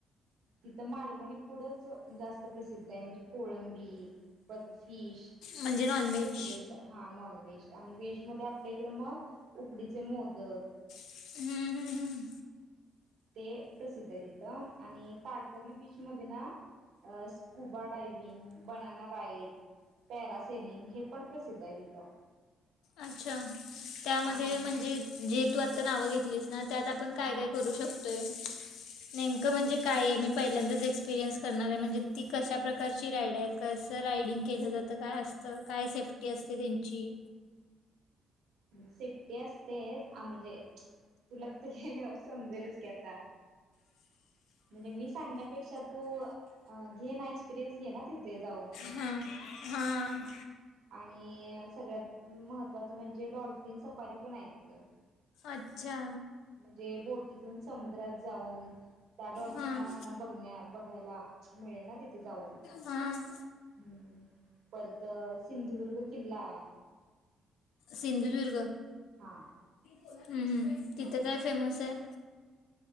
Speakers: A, on the right; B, on the left.
A: कित तर मालवणी फूडच जास्त प्रसिद्ध आहे म्हणजे कोळंबी प तशिश
B: म्हणजे नॉनव्हेज
A: तेच प्रसिद्ध आहं तिथं हा नॉन व्हेज आणि वेज मध्ये आपल्या इकड मग उकडीचे मोदक
B: हम्म हम्म हम्म
A: ते प्रसिद्ध तिथं आणि तारकर्ली बीचमध्ये ना scuba diving banana ride parasailing हे पण प्रसिद्ध आहे तिथं.
B: अच्छा त्यामध्ये
A: आणि
B: म्हणजे जे तू आता नाव घे ना त्यात आपण काय
A: हा
B: काय करू शकतोय. नेमकं म्हणजे काय आहे मी पहिल्यांदाच एक्सपिरियन्स करणार आहे. म्हणजे ती कशा प्रकारची राइड आहे. कसं रायडिंग केलं जातं. काय असतं काय सेफ्टी असते त्यांची
A: सेफ्टी असतेच आ म्हणजे तुला तिथं गेल्यावरच समजेलच कि आता म्हणजे मी सांगण्यापेक्षा तू घे ना एक्सपिरीएन्स घे ना तिथे जाऊन
B: हां हां
A: आणि सगळ्यात महत्वाच जे डॉल्फिन सफारी पण आहेत तिथं
B: अच्छा
A: म्हणजे बोटीतून समुद्रात जाऊन त्या डॉल्फिन
B: हां
A: माशांना बघण्या बघायला मिळेल ना तिथे जाऊन
B: हां
A: हम् परत सिंधुदुर्ग किल्ला
B: सिंधुदूर्ग
A: हा
B: हम्म हम् तिथं काय फेमस हाय